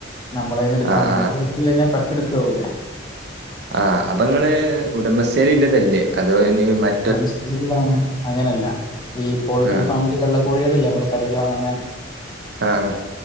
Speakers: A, on the left (about 20°); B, on the right (about 60°).
A: നമ്മളയ്ന്ന് ഇട്ക്കണ്ട
B: ആഹ്
A: <unintelligible>
B: ആഹ്
A: ഇത് കയ്ഞ്ഞാൽ കട്ടെട്ക്കാവുലേ
B: ആഹ് അപ്പങ്ങള് ഉടമസ്ഥേരി ഇല്ലതല്ലേ അതോ <unintelligible>
A: ഉടമസ്‌ഥേലുള്ളതാണ് അങ്ങനെയല്ല ഈ പോൾട്രി
B: ആഹ്
A: ഫാമില് വെള്ളക്കോഴികള്ല്ലേ നമ്മള് കടയില് വാങ്ങുന്നേ
B: ആഹ് ആഹ്